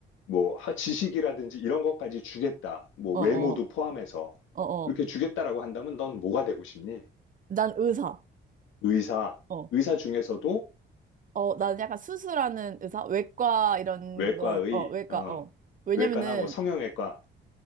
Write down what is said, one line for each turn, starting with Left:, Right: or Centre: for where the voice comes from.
Left: 뭐 하- 지식이라든지 이런 것까지 주겠다. 뭐
Right: 어,
Left: 외모도
Right: 어,
Left: 포함해서
Right: 어, 어.
Left: 그렇게 주겠다라고 한다면 넌 뭐가 되고 싶니?
Right: 난 의사.
Left: 의사,
Right: 어.
Left: 의사 중에서도
Right: 어, 나는 약간 수술하는 의사, 외과 이런
Left: 외과의,
Right: 걸, 어, 외과,
Left: 어,
Right: 어. 왜냐면은,
Left: 외과나 뭐 성형외과,